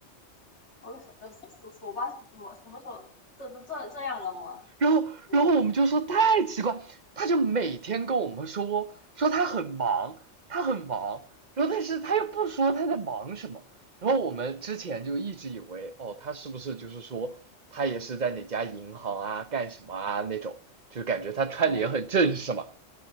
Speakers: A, on the left (about 65°); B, on the right (about 40°).
A: 我什么手手手吧？怎么什么时候这这这这样了吗？
B: 然后然后我们就说太奇怪，
A: 嗯，
B: 他就每天跟我们说说他很忙，他很忙，然后但是他又不说他在忙什么，然后我们之前就一直以为哦他是不是就是说他也是在哪家银行啊干什么啊那种，就感觉他穿的也很正式嘛。
A: 嗯